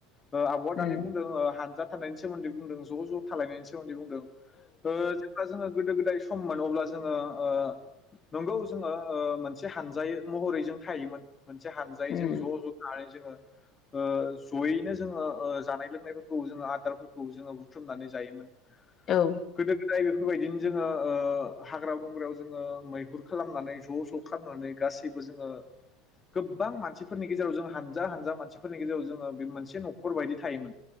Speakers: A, on the left; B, on the left.
A: ओ आबआ
B: उम
A: दानि बुंदों ओ हान दा थानायनि सोमोन्दै बुंदों ज ज थालायनायनि सोमोन्दै बुं औ ओ जेब्ला जोंङो गोदो गोदाय सममोन अब्ला जोंङो ओ नंगौ जोंङो ओ मोनसे हानजायै महरै जों थायोमोन मोनस से हान्जायै
B: उम
A: जों ज ज जोंङो ओ जयैनो जोंङो ओ जानाय लोंनायफोरखौ जोंङो आदारफोरखौ जोंङो बुथुमनानै जायोमोन
B: औ
A: गोदो गोदायो बेफोरबायदिनो जोंङो ओ हाग्रा बंग्रायाव जोंङो मैहुर खालामनानै ज ज खालामनानै गासैबो जोंङो गोब्बां मानसिफोरनि गेजेराव जोंङो हानजा हानजा मानसिफोरनि गेजेराव जोंङो बे मोनसे नखर बायदि थायोमोन